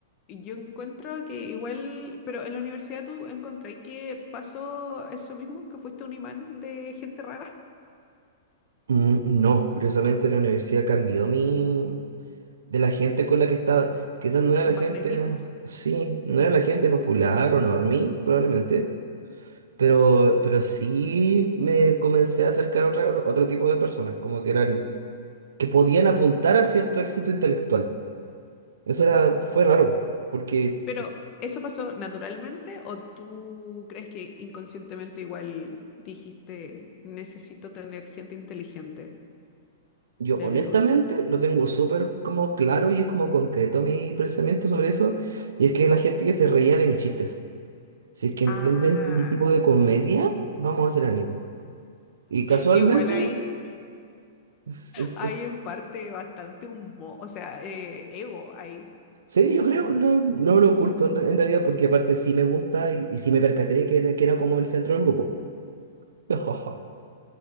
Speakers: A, on the left; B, on the right.
A: Yo encuentro que igual, pero en la universidad tú encontré que pasó eso mismo, que fuiste un imán de gente rara,
B: Mm, No, curiosamente la universidad cambió mi... de la gente con la que estaba. Quizás no era
A: <laughs> tu
B: la
A: magnetismo.
B: gente, sí, no era la gente popular o normie, probablemente Pero, pero sí me comencé a acercar a otra- otro tipo de personas, como que eran, que podían apuntar a cierto éxito intelectual. Eso era, fue raro, porque
A: Pero, ¿eso pasó naturalmente o tú crees que inconscientemente igual dijiste, necesito tener gente inteligente
B: yo
A: de
B: honestamente
A: amigos?
B: lo tengo súper como claro y es como concreto mi pensamiento sobre eso, y es que la gente que se reía de mis chistes. Si es que entiendes
A: Ah,
B: mi tipo de comedia, vamos a ser amigos. Y casualmente,
A: igual ahí
B: s- s-
A: hay
B: s-
A: en parte bastante humo, o sea, eh, ego ahí.
B: sí, yo creo, no, no lo oculto en, re- en realidad, porque aparte sí me gusta y, y sí me percaté que era, que era como el centro del grupo. <laughs> No,